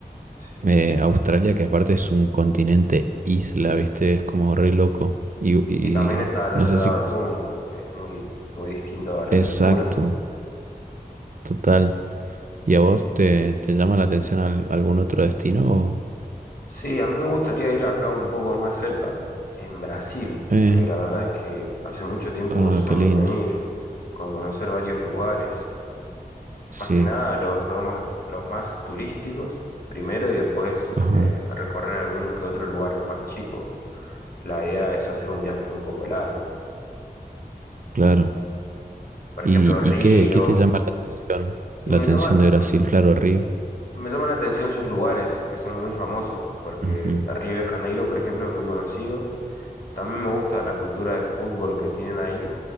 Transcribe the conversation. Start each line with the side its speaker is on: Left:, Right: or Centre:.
Left: Sí.
Right: eh, Australia, que aparte es un continente isla, ¿viste? Es como re loco. Y, y
Left: Y también está del
Right: no
Left: otro
Right: sé
Left: lado
Right: si...
Left: del mundo, es muy, muy distinto a la
Right: Exacto,
Left: cultura.
Right: total. ¿Y a vos te, te llama la atención al- algún otro destino? o-
Left: Sí, a mí me gustaría ir acá un poco más cerca, en Brasil,
Right: Eh,
Left: que la verdad es que hace mucho tiempo
Right: ah,
Left: sueño
Right: qué lindo.
Left: con ir, con conocer varios lugares.
Right: Sí,
Left: más que nada los, los más, los más turísticos primero y después
Right: ajá,
Left: eh, recorrer algún que otro lugar más chico. La idea es hacer un viaje un poco largo.
Right: claro.
Left: Por
Right: ¿Y,
Left: ejemplo, Río.
Right: y qué, qué te llama la atención?
Left: Y
Right: La
Left: me
Right: atención
Left: llama,
Right: de Brasil,
Left: m-
Right: claro, Río.
Left: me llama la atención sus lugares que son muy famosos porque
Right: Ujú.
Left: Río de Janeiro, por ejemplo, es muy conocido. También me gusta la cultura de fútbol que tienen ahí